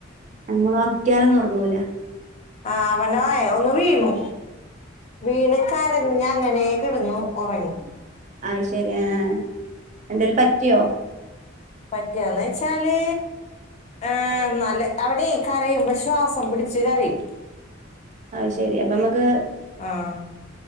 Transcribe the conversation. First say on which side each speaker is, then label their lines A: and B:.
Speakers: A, on the right; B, on the left.
A: ഞമ്മൾ ഒറക്കാലൊന്നും ഒറങ്ങൂല
B: ആഹ് അവനായ ഒന്നു വീണു വീണ് കരഞ്ഞ അങ്ങനെ കിടുന്നു ഒറങ്ങി
A: അഹ് ശരി ആ എന്തേലും പറ്റിയോ
B: പറ്റിയോന്ന് വെച്ചാല് ഏ നല്ല അവനെ കരയുമ്പ ശ്വാസം പിടിച്ച് കരയും
A: ആയ് ശരി അപ്പൊ നമുക്ക്
B: ആഹ്